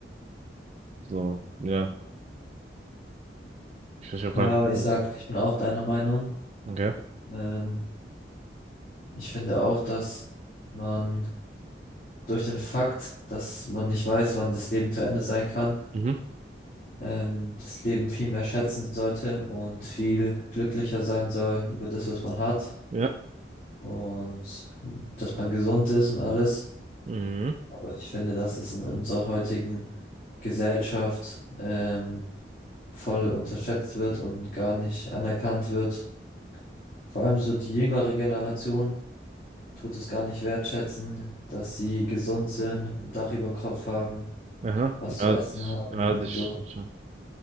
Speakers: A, on the right (about 35°); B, on the left (about 50°).
A: So, ja. Ich verstehe auch gar
B: Ja,
A: nicht.
B: aber ich
A: wie
B: sag,
A: das-
B: ich bin auch deiner Meinung.
A: Okay.
B: Ähm, ich finde auch, dass man durch den Fakt, dass man nicht weiß, wann das Leben zu Ende sein kann,
A: Mhm.
B: ähm, das Leben viel mehr schätzen sollte und viel glücklicher sein soll über das, was man hat
A: Ja.
B: und dass man gesund ist und alles.
A: Mhm.
B: Aber ich finde, dass es in unserer heutigen Gesellschaft ähm, voll unterschätzt wird und gar nicht anerkannt wird. Vor allem so die jüngere Generation tut es gar nicht wertschätzen, dass sie gesund sind, ein Dach über dem Kopf haben,
A: Aha.
B: was zu
A: Ja,
B: essen
A: das,
B: haben
A: ja,
B: und
A: das stimmt
B: so.
A: schon.